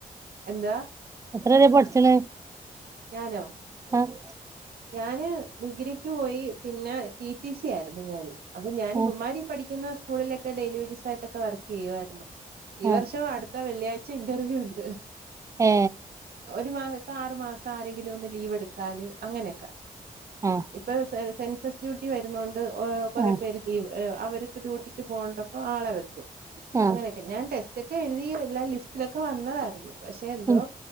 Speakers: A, on the right; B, on the right.
A: എന്താ
B: എത്രരെ പഠ്ച്ച്ണ്
A: ഞാനോ?
B: ആഹ്
A: ഞാന് ഡിഗ്രിക്ക് പോയി. പിന്നെ ടി ടി സി ആയിരുന്നു ഞാന് അപ്പൊ ഞാനിവമ്മാര്
B: ആ
A: പഠി ക്കുന്ന സ്കൂളിലൊക്കെ ഡെയ്ൽ ജോസായിട്ടൊക്കെ വർക്കെയ്യുവായിരുന്നു ഈ
B: ആ
A: വർഷം അടുത്ത വെള്ളി ച്ച ഇന്റർവ്യൂ ഉണ്ട്
B: ഹേ
A: ഒരു മാ ഇപ്പൊ ആറ് മാസം ആരെങ്കിലും ഒന്ന് ലീവ് എടുത്താല് അങ്ങനെക്കെ
B: ആ
A: ഇപ്പ സ് സെൻസസ് ഡ്യൂട്ടി വരുന്നോണ്ട് ഓ കുറേ
B: ആ
A: പേര് ലീവ് <unintelligible> അവര്ക്ക് ഡ്യൂട്ടിക്ക് പോണ്ടപ്പ ആളെ വെക്കും
B: ആ
A: അങ്ങനെക്കെ ഞാൻ ടെസ് റ്റൊക്കെ എഴുതി എല്ലാ ലിസ്റ്റിലൊക്കെ വന്നതാരുന്നു പക്ഷെ എന്തോ
B: ഉം